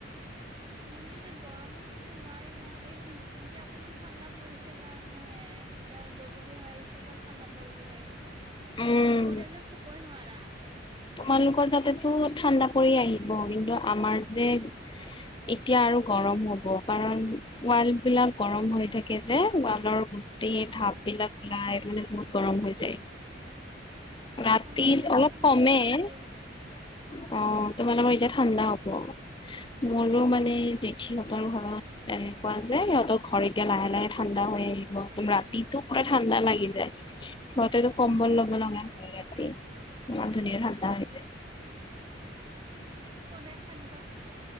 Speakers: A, on the right; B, on the left.
A: দিনটোযে গৰমত শুব নোৱাৰি নহয়, এই <unintelligible> এতিয়া অকমান ঠাণ্ডা পৰিছে কাৰণেহে। এতিয়া গধূলি হৈ আহিছে নহয় ঠাণ্ডা পৰি-পৰি আহিব, দীপৰিয়া
B: উম।
A: যে শুবই নোৱাৰা।
B: তোমালোকৰ তাতেতো ঠাণ্ডা পৰি আহিব কিন্তু আমাৰ যে এতিয়া আৰু গৰম হ'ব কাৰণ ৱাল বিলাক গৰম হৈ থাকে যে, ৱালৰ গোটেই ভাপ
A: অ
B: বিলাক ওলাই মানে বহুত গৰম হৈ যায়। ৰাতিত
A: আমাৰো এতিয়া
B: অলপ
A: ঠাণ্ডা
B: কমে
A: পৰি পৰি
B: অঁ
A: আহিছে
B: তোমালোকৰ এতিয়া ঠাণ্ডা হ'ব। মোৰো মানে জেঠীহঁতৰ ঘৰত তেনেকুৱা যে সিহঁতৰ ঘৰ এতিয়া লাহে-লাহে ঠাণ্ডা হৈ আহিব। একদম ৰাতিটো পুৰা ঠাণ্ডা লাগি যায়। সিহঁতেতো কম্বল
A: উম
B: ল'ব লগা হয় ৰাতি। ইমান ধুনীয়া ঠাণ্ডা হৈ যায়।
A: সদায় সাতগাও